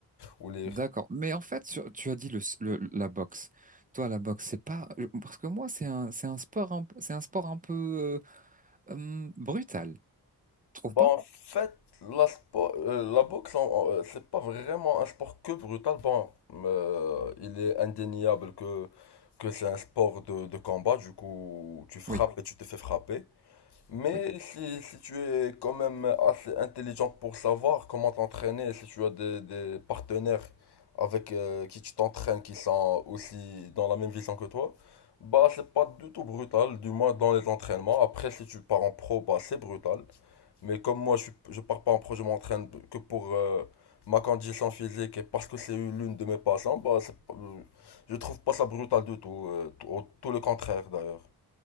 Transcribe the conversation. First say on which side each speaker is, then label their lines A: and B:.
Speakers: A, on the left; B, on the right.
A: ou lire.
B: d'accord. Mais en fait, sur- tu as dit le, s- le- la boxe. Toi, la boxe, c'est pas euh, parce que moi, c'est un c'est un sport un- c'est un sport un peu euh, hum, brutal. Tu trouves
A: Bah,
B: pas?
A: en fait, la, spo- euh, la boxe, en- euh, c'est pas vraiment un sport que brutal. Bon, euh, il est indéniable que, que c'est un sport de, de combat, du coup, tu frappes
B: Oui,
A: et tu te fais frapper. Mais
B: oui,
A: si, si tu es quand même assez intelligent pour savoir comment t'entraîner, si tu as des, des partenaires avec euh, qui tu t'entraînes qui sont aussi dans la même vision que toi, bah c'est pas du tout brutal, du moins dans les entraînements. Après, si tu pars en pro, bah c'est brutal. Mais comme moi, je, suis- je pars pas en pro, je m'entraîne que pour euh, ma condition physique et parce que c'est l'une de mes passions, bah c'est, pas- euh, je trouve pas ça brutal du tout, euh, tout, au- tout le contraire d'ailleurs.